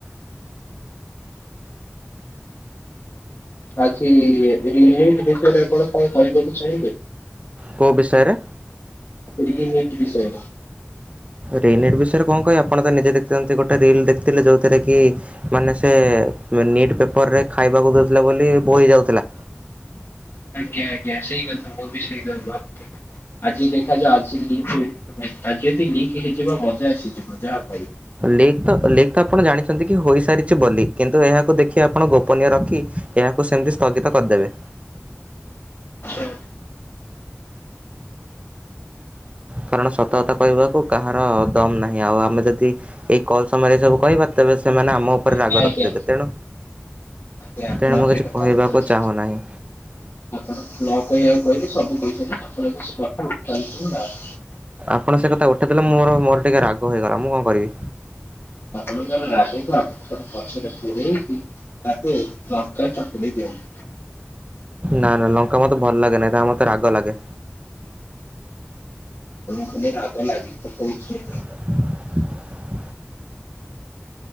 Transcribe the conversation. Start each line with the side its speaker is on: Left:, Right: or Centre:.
Left: ଆଜିି <unintelligible> ବିଷୟରେ ଆପଣ କଣ କହିବାକୁ ଚାହିଁବେ।
Right: କୋଉ ବିଷୟରେ।
Left: ଟିକେ ଟିକେ ବିଷ।
Right: ରେ ନିଟ ବିଷୟରେ କଣ କହିବି ଆପଣ ତ ନିଜେ ଦେଖିଛନ୍ତି ଗୋଟେ ରିଲ ଦେଖିଥିଲେ। ଯୋଉଥିରେ କି ମାନେ ସେ ନିଟ ପେପରରେ ଖାଇବାକୁ ଦଉଥିଲେ ବୋଲି ବୋହି ଯାଉଥିଲା।
Left: ଆଜ୍ଞା ଆଜ୍ଞା ସେଇ କଥା ମୁଁ ବି ସେଇକଥା ଭାବୁ। ଥିଲି ଆଜି ଦେଖାଯାଉ ଆଜି ଲିକ୍ ଆଜି ଯଦି ଲିକ୍ ହେଇଯିବ ମଜା ଆସିଯିବ ଯାହା କହିବ।
Right: ଲିକ୍ ତ ଲିକ୍ ତ ଆପଣ ଜାଣିଛନ୍ତି କି ହୋଇସାରିଛି ବୋଲି। କିନ୍ତୁ ଏହାକୁ ଦେଖି ଆପଣ ଗୋପନୀୟ ରଖି ଏହାକୁ ସେମିତି ସ୍ଥଗିତ କରିଦେବେ।
Left: ସେ।
Right: କାରଣ ସତକଥା କହିବାକୁ କାହାର ଦମ ନାହିଁ ଆଉ। ଆମେ ଯଦି ଏଇ କଲ ସମୟରେ ଏ ସବୁ କହିବା ତେବେ ସେମାନେ ଆମ ଉପରେ
Left: ଆଜ୍ଞା
Right: ରାଗ
Left: ଆଜ୍ଞା
Right: ରଖିଦେବେ ତେଣୁ
Left: ଆଜ୍ଞା ଆପଣ
Right: ତେଣୁ ମୁଁ
Left: ସେ
Right: କିଛି
Left: କଥା
Right: କହିବାକୁ
Left: <unintelligible>
Right: ଚାହୁଁନାହିଁ।
Left: କହିବାକୁ କହିଲେ ସବୁ କହିଛନ୍ତି ଆପଣ <unintelligible> <unintelligible>
Right: ଆପଣ ସେ କଥା ଉଠେଇ ଦେଲେ। ମୋର ମୋର ଟିକେ ରାଗ ହେଇଗଲା ମୁଁ କଣ କରିବି।
Left: ଆପଣଙ୍କର ରାଗକୁ ଆପଣଙ୍କର <unintelligible> ତାକୁ ଲସ୍କାର ଛକୁଲି ଦିଅନ୍ତିୁ।
Right: ନା ନା ଲଙ୍କା ମତେ ଭଲ ଲାଗେ ନାହିଁ ତା ମତେ ରାଗ ଲାଗେ।
Left: ମୁଁ ବିତ ରାଗ ଲାଗି ତ କହୁଛି।
Right: <inaudible>